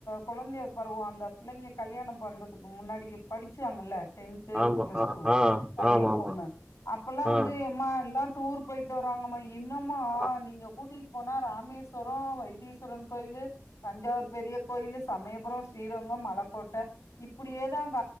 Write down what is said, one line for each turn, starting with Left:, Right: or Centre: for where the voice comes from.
Left: கொழந்தைய பருவோ அந்த பிள்ளைங்க கல்யாணம் பண்றதுக்கு முன்னாடி படிச்சாங்கல்ல டென்த்து
Right: ஆமா
Left: பிளஸ்
Right: ஆ
Left: டூ
Right: ஆ
Left: பையெ
Right: ஆமா ஆமா
Left: பொண்ணு அப்பல்லா
Right: ஆ
Left: வந்து எம்மா எல்லா டூர் பொயிட் வராங்கமாய் என்னமா
Right: ஆ.
Left: நீங்க கூட்டி போனா ராமேஸ்வரோ வைத்தீஸ்வரன் கோயிலு தஞ்சாவூர் பெரிய கோயிலு சமயபுரொ ஸ்ரீரங்கொ மலக்கோட்ட இப்டியே தாங்க